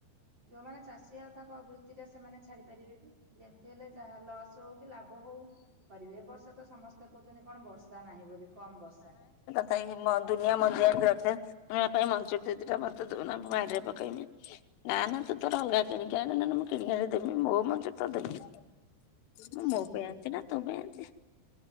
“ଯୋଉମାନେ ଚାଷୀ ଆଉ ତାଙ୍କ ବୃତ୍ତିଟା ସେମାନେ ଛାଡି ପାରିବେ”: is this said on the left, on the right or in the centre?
Right